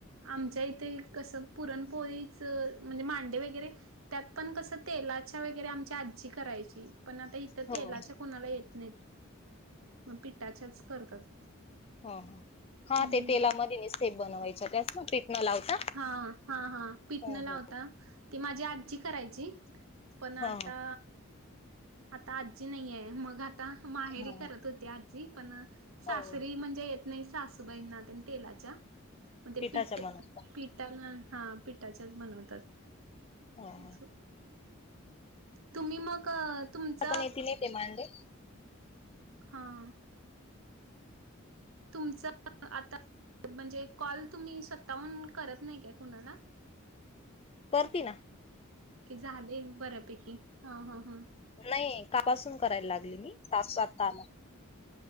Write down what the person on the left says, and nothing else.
हो
ह ह हा
ते तेलामध्येने सेप बनवायचे त्यास ना पीठ न लावता
हो
हो
हा
हा
हो
पिठाच्या
बनवता
ह हा
पण येती नाही ते मांडे
करती ना
नाही कापासून करायला लागली मी सासातता आला